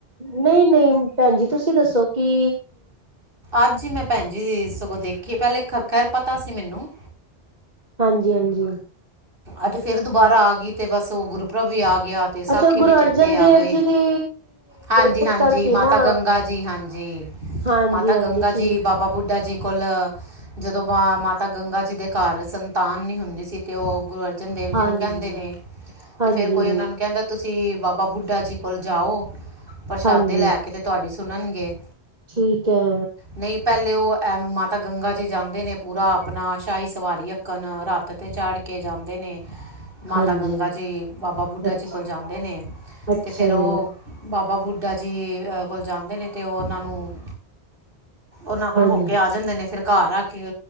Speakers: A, on the right; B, on the right.
A: ਨਈਂ-ਨਈਂ ਭੈਣ ਜੀ ਤੁਸੀਂ ਦੱਸੋ ਕਿ
B: ਅੱਜ ਜੀ ਮੈਂ ਭੈਣ ਜੀ ਸਗੋਂ ਦੇਖੀ ਏ ਪਹਿਲੇ ਖ ਖੈਰ ਪਤਾ ਸੀ ਮੈਨੂੰ।
A: ਹਾਂਜੀ-ਹਾਂਜੀ
B: ਅੱਜ ਫੇਰ ਦੁਬਾਰਾ ਆ ਗਈ ਅਤੇ ਬਸ ਉਹ ਗੁਰਪੁਰਬ ਵੀ ਆ ਗਿਆ। ਤੇ ਸਾਖੀ
A: ਅੱਛਾ ਗੁਰੂ
B: ਵੀ ਚੇਤੇ
A: ਅਰਜਨ
B: ਆ
A: ਦੇਵ
B: ਗਏ
A: ਜੀ ਦੀ
B: ਹਾਂਜੀ-ਹਾਂਜੀ
A: ਪੁੱਤਰ ਸੀ
B: ਮਾਤਾ
A: ਨਾ
B: ਗੰਗਾ ਜੀ ਹਾਂਜੀ।
A: ਹਾਂਜੀ
B: ਮਾਤਾ
A: ਹਾਂਜੀ
B: ਗੰਗਾ
A: ਠੀਕ
B: ਜੀ ਬਾਬਾ ਬੁੱਢਾ ਜੀ ਕੋਲ ਜਦੋਂ ਬਾ ਮਾਤਾ ਗੰਗਾ ਜੀ ਦੇ ਘਰ ਸੰਤਾਨ ਨੀ ਹੁੰਦੀ ਸੀ ਤੇ ਉਹ ਗੁਰੂ ਅਰਜਨ ਦੇਵ
A: ਹਾਂਜੀ
B: ਜੀ ਨੂੰ ਕਹਿੰਦੇ ਨੇ
A: ਹਾਂਜੀ
B: ਤੇ ਫਿਰ ਕੋਈ ਉਹਨਾਂ ਨੂੰ ਕਹਿੰਦਾ ਤੁਸੀਂ ਬਾਬਾ ਬੁੱਢਾ ਜੀ ਕੋਲ ਜਾਓ ਪ੍ਰਸ਼ਾਦੇ
A: ਹਾਂਜੀ
B: ਲੈ ਕੇ ਤੇ ਤੁਹਾਡੀ ਸੁਣਨਗੇ।
A: ਠੀਕ ਐ।
B: ਨਹੀ ਪਹਿਲੇ ਉਹ ਮਾਤਾ ਗੰਗਾ ਜੀ ਜਾਂਦੇ ਨੇ ਪੂਰਾ ਆਪਣਾ ਸ਼ਾਹੀ ਸਵਾਰੀ ਅਕਨ ਰੱਥ ਤੇ ਝੜ ਕੇ ਜਾਂਦੇ ਨੇ। ਮਾਤਾ
A: ਹਾਂਜੀ
B: ਗੰਗਾ ਜੀ ਬਾਬਾ ਬੁੱਢਾ
A: ਅੱਛਾ
B: ਜੀ ਕੋਲ ਜਾਂਦੇ ਨੇ
A: ਅੱਛਾ
B: ਅਤੇ ਫੇਰ
A: ਜੀ
B: ਉਹ ਬਾਬਾ ਬੁੱਢਾ ਜੀ ਅ ਕੋਲ ਜਾਂਦੇ ਨੇ ਤੇ ਉਹ ਉਹਨਾਂ ਨੂੰ ਉਨਾਂ ਕੋਲ
A: ਹਾਂਜੀ
B: ਹੋ ਕੇ ਆ ਜਾਂਦੇ ਨੇ ਫੇਰ ਘਰ ਆ ਕੇ